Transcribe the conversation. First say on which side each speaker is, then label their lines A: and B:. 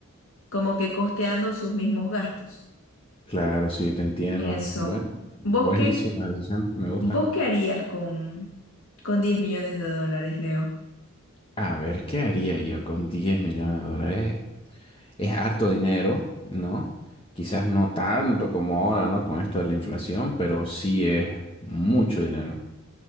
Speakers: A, on the left; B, on the left.
A: como que costeando sus mismos gastos.
B: Claro, sí, te entiendo.
A: Eso.
B: Bueno, buenísima
A: ¿Vos qué,
B: decisión. Me gustan.
A: vos qué harías con, con 10 millones de dólares, Leo?
B: A ver, ¿qué haría yo con 10 millones de dólares? Es harto dinero, ¿no? Quizás no tanto como ahora, ¿no? Con esto de la inflación, pero sí es mucho dinero.